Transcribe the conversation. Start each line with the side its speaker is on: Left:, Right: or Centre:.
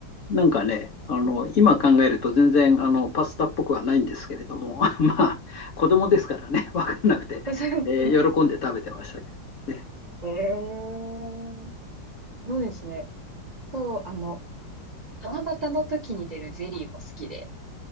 Left: なんかね、あの今考えると全然あのパスタっぽくはないんですけれども、<laughs> まあ、子供ですからね、分かんなくて、
Right: <laughs> そうですね。
Left: えー喜んで食べてましたけれどもね。
Right: へえ。そうですね。と、あの、七夕の時に出るゼリーも好きで。